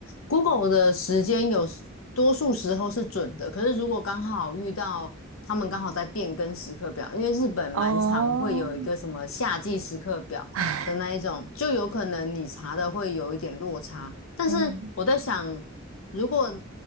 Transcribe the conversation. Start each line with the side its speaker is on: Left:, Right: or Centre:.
Left: ，Google 的时间有时多数时候是准的，可是如果刚好遇到他们刚好在变更时刻表，因为日本蛮常会有一个什么夏季时刻表的那一种，
Right: 哦，唉
Left: 就有可能你查的会有一点落差。但是我在想，
Right: 嗯
Left: 如果